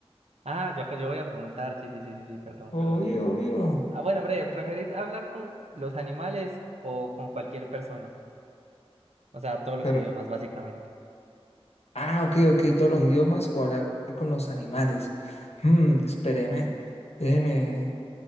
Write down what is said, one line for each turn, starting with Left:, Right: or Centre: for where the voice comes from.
Right: Ah, yo, yo voy a preguntar. Sí, sí, sí, sí, sí, perdón,
Left: Obvio,
Right: perdón.
Left: obvio.
Right: Ah, bueno, breve, ¿preferís hablar con los animales o con cualquier persona? O sea, todos los
Left: Pero,
Right: idiomas, básicamente.
Left: ah, ok, ok, todos los idiomas o hablar con los animales. Hmm, espéreme, déjeme